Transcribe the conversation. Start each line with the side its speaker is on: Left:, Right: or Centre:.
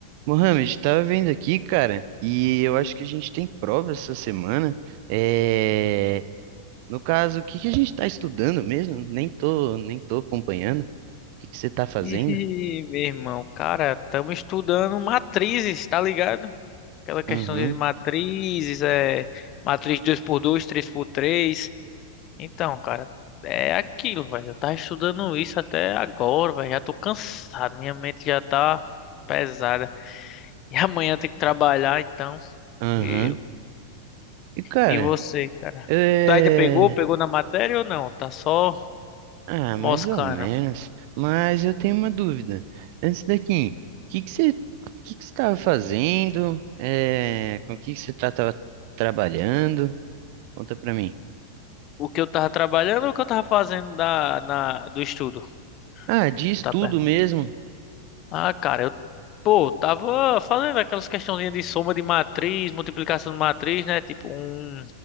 Right: Mohamed, tava vendo aqui, cara, e eu acho que a gente tem prova essa semana. É... No caso, o que que a gente tá estudando mesmo? Nem tô, nem tô acompanhando. O que que você tá fazendo?
Left: Ih, meu irmão, cara, estamos estudando matrizes, tá ligado? Aquela questão
Right: Aham,
Left: de matrizes, é matriz dois por dois, três por três. Então, cara, é aquilo, velho. Eu tava estudando isso até agora, velho. Já tô cansado, minha mente já tá pesada. E amanhã tem que trabalhar, então.
Right: aham.
Left: E,
Right: E, cara,
Left: e você, cara?
Right: é...
Left: Tu ainda pegou? Pegou na matéria ou não? Tá só
Right: Ah,
Left: moscando.
Right: mais ou menos. Mas eu tenho uma dúvida. Antes daqui, o que que você, o que que você tava fazendo? É... Com o que que você tá, tava trabalhando? Conta pra mim.
Left: O que eu tava trabalhando ou o que eu tava fazendo da, na, do estudo?
Right: Ah, de estudo
Left: Tu tá perguntando.
Right: mesmo.
Left: Ah, cara, eu, pô, tava fazendo aquelas questãozinhas de soma de matriz, multiplicação de matriz, né? Tipo, um,